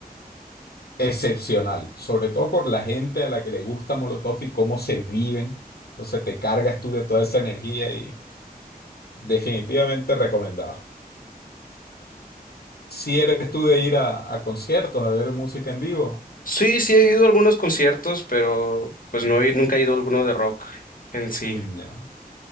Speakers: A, on the left; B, on the left.
A: excepcional, sobre todo por la gente a la que le gusta Molotov y cómo se viven. Entonces te cargas tú de toda esa energía y definitivamente recomendado. Si eres tú de ir a, a conciertos, a ver música en vivo.
B: Sí, sí, he ido a algunos conciertos, pero pues
A: ¿no?
B: no he, nunca he ido a alguno de rock en sí.
A: Mm, Ya.